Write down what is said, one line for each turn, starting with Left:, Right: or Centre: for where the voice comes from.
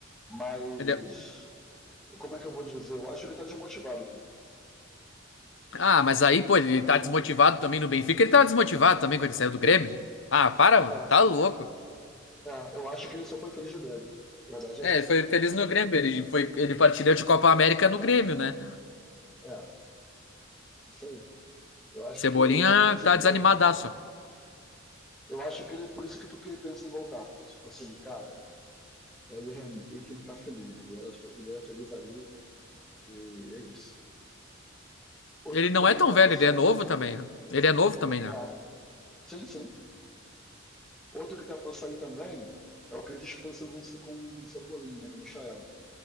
Centre: Mas.
Left: Ele é-
Centre: Como é que eu vou dizer? Eu acho que ele tá desmotivado aqui.
Left: Ah, mas aí, pô, ele tá desmotivado também no Benfica. Ele tava desmotivado também quando ele saiu do Grêmio. Ah, para, mano,
Centre: É,
Left: tá louco.
Centre: É, eu acho que ele só foi feliz no Grêmio. A verdade
Left: É,
Centre: é essa.
Left: ele foi feliz no Grêmio, ele foi, ele partilhou de Copa América no Grêmio, né?
Centre: É, isso aí. Eu acho
Left: Cebolinha
Centre: que, que é por isso
Left: tá
Centre: que.
Left: desanimadaço.
Centre: Eu acho que ele é por isso que porque ele pensa em voltar. Que tipo assim, cara, pra ele render, ele tem que estar feliz. Ele era, ele era feliz ali e é isso. Outro
Left: Ele não
Centre: que também
Left: é tão
Centre: tá
Left: velho,
Centre: pra sair.
Left: ele é novo também. né? Ele é novo também, né?
Centre: É, sim, sim. Outro que tá pra sair também é o que é disposição com, com o Cebolinha, né? Com o Michael.